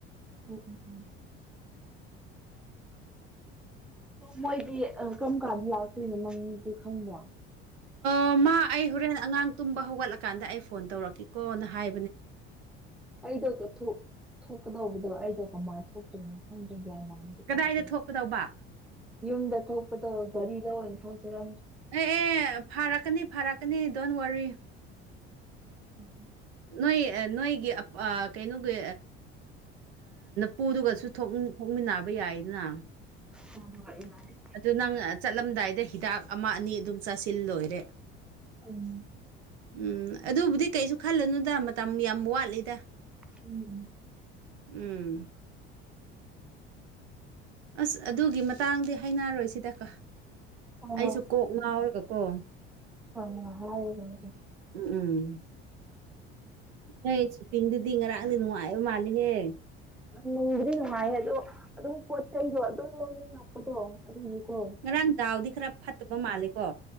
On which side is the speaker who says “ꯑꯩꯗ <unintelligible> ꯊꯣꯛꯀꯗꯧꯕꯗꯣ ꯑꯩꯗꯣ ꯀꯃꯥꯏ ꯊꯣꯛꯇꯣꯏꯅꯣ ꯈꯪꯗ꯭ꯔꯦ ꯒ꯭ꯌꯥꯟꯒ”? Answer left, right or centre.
Centre